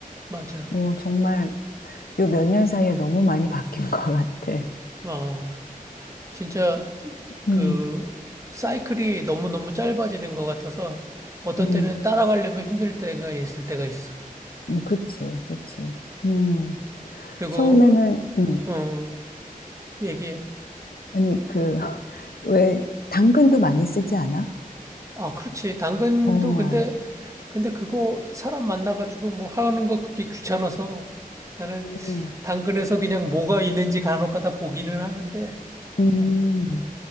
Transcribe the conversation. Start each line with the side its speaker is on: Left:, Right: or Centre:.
Right: 맞아.
Left: 뭐 정말 요 몇 년 사이에 너무 많이 바뀐 <laughs> 것 같아.
Right: 아, 진짜, 그,
Left: 음,
Right: 사이클이 너무너무 짧아지는 것 같아서 어떤
Left: 음,
Right: 때는 따라가려면 힘들 때가 있을 때가 있어.
Left: 음, 그치, 그치. 음,
Right: 그리고,
Left: 처음에는, 음,
Right: 어, 어, 얘기해.
Left: 아니, 그, <laughs> 왜, 당근도 많이 쓰지 않아?
Right: 아, 그렇지. 당근도
Left: 어,
Right: 근데 근데 그거 사람 만나가지고 뭐 하는 거 그게 귀찮아서 나는
Left: 음.
Right: 당근에서 그냥 뭐가 있는지 간혹 가다 보기는 하는데.
Left: 음,
Right: 어.